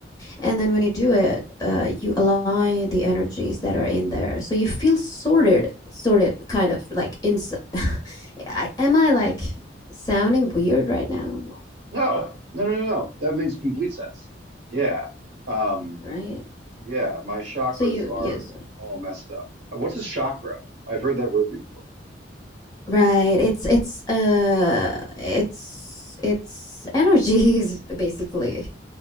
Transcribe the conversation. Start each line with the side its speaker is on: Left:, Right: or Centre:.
Left: And then when you do it, uh, you align the energies that are in there. So you feel sorted, sorted kind of like inside. <laughs> I, am I like sounding weird right now?
Right: No, no, no, no, no. That makes complete sense. Yeah. Um,
Left: Right.
Right: yeah, my chakras
Left: So you
Right: are
Left: yes,
Right: all messed up. What's a chakra? I've heard that word before.
Left: right. It's it's uh it's it's energies <laughs> basically.